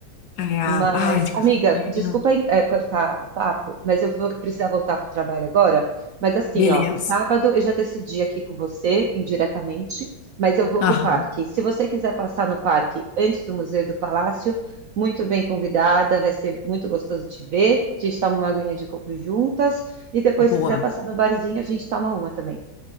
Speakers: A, on the left; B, on the right.
A: É,
B: Mas,
A: ai, de
B: amiga,
A: café da manhã,
B: desculpa, eh, cortar o papo, mas eu vou precisar voltar para o trabalho agora. Mas assim,
A: beleza.
B: ó, sábado eu já decidi aqui com você, indiretamente, mas eu vou
A: Aham,
B: para o parque. Se você quiser passar no parque antes do Museu do Palácio, muito bem convidada, vai ser muito gostoso te ver. A gente toma uma aguinha de coco juntas e depois,
A: boa.
B: se quiser passar no barzinho, a gente toma uma também.